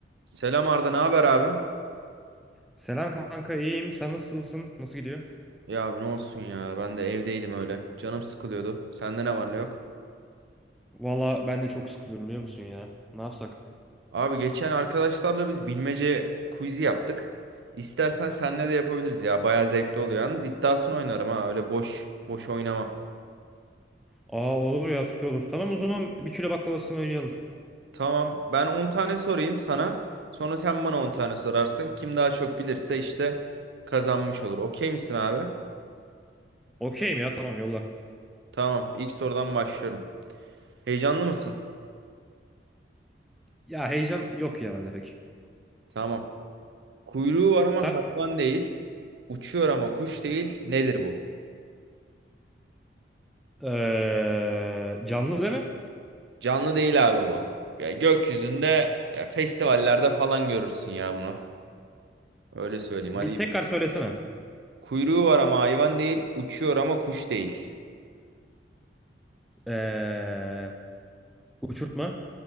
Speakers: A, on the right; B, in the centre.
A: Selam Arda, ne haber abi?
B: Selam kanka iyiyim. Sen nasılsın? Nasıl gidiyor?
A: Ya abi ne olsun ya, ben de evdeydim öyle. Canım sıkılıyordu. Sende ne var ne yok?
B: Valla ben de çok sıkılıyorum biliyor musun ya? Ne yapsak?
A: Abi geçen arkadaşlarla biz bilmece quiz'i yaptık. İstersen seninle de yapabiliriz ya. Bayağı zevkli oluyor. Yalnız iddiasını oynarım ha. Öyle boş boş oynamam.
B: Aa olur ya süper olur. Tamam o zaman bir kilo baklavasını oynayalım.
A: Tamam. Ben 10 tane sorayım sana. Sonra sen bana 10 tane sorarsın. Kim daha çok bilirse işte kazanmış olur. Okey misin abi?
B: Okeyim ya tamam yolla.
A: Tamam. İlk sorudan başlıyorum. Heyecanlı mısın?
B: Ya heyecan yok ya bende pek.
A: Tamam. Kuyruğu var ama
B: Sen
A: hayvan değil. Uçuyor ama kuş değil. Nedir bu?
B: ee, canlı değil mi?
A: Canlı değil abi bu. Ya gökyüzünde ya festivallerde falan görürsün ya bunu. Öyle söyleyeyim
B: Bir
A: hadi.
B: tekrar söylesene.
A: Kuyruğu var ama hayvan değil. Uçuyor ama kuş değil.
B: Eee uçurtma.